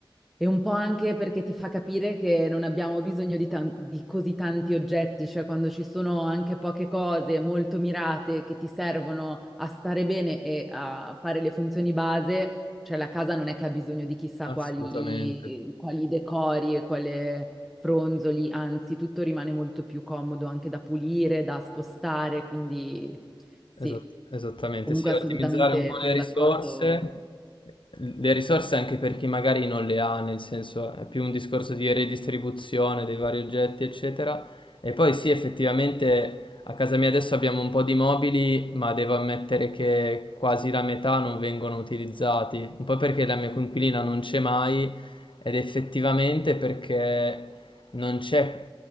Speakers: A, in the centre; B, on the left.
A: E un po' anche perché ti fa capire che non abbiamo bisogno di, tan- di così tanti oggetti, cioè quando ci sono anche poche cose molto mirate che ti servono a stare bene e a fare le funzioni base, cioè la casa non è che ha bisogno di chissà quali,
B: assolutamente.
A: quali decori e quale fronzoli, anzi tutto rimane molto più comodo anche da pulire, da spostare, quindi sì,
B: Esat- esattamente,
A: comunque
B: sì, ottimizzare
A: assolutamente
B: un po'
A: sono
B: le risorse,
A: d'accordo
B: le risorse anche per chi magari non le ha, nel senso è più un discorso di redistribuzione dei vari oggetti, eccetera. E poi sì, effettivamente a casa mia adesso abbiamo un po' di mobili, ma devo ammettere che quasi la metà non vengono utilizzati, un po' perché la mia coinquilina non c'è mai ed effettivamente perché non c'è